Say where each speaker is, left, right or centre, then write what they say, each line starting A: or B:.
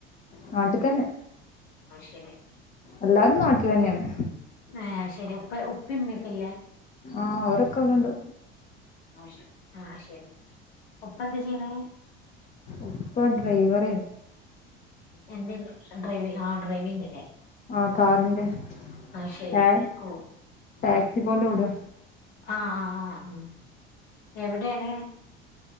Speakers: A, on the left; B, on the left.
A: നാട്ടി തന്നെ
B: പക്ഷെ
A: എല്ലാരും നാട്ടില് തന്നെയാണ്
B: ആഹ് ശരി ഉപ്പ ഉപ്പി ഉമ്മക്കല്ലേ
A: ആഹ് ഓരൊക്കെ അവിടെണ്ട്
B: ആ ശരി ആ ശരി ഉപ്പ എന്താ ചെയ്യണെ
A: ഉപ്പ ഡ്രൈവറെ
B: എന്തിന് ഡ്രൈവി ആ ഡ്രൈവിങ്
A: ആ കാറിന്റെ
B: ആ ശരി
A: ടാക്
B: ഓ
A: ടാക്സി പോലെ ഇവിടെ
B: ആഹ് ആഹ് ആഹ് ആ എവിടെയാണ്